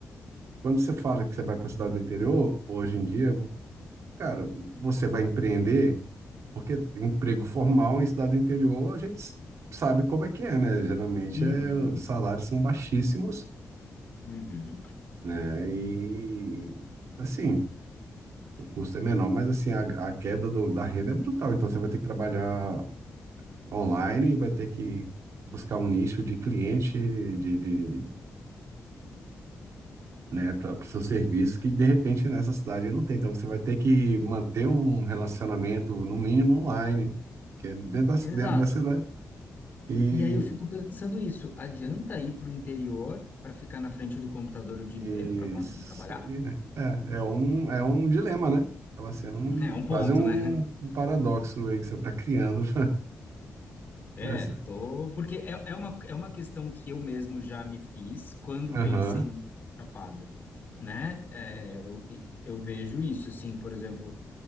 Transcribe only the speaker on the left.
uhum,
uhum.
Exato.
E aí eu fico pensando isso, adianta ir para o interior para ficar na frente do computador o dia
inteiro para conseguir
trabalhar?
<laughs> É um ponto,
né?
É,
tô. Porque é, é uma, é uma questão que eu mesmo já me fiz quando
pensei em ir pra Chapada, né? É, eu, eu vejo isso, assim, por exemplo.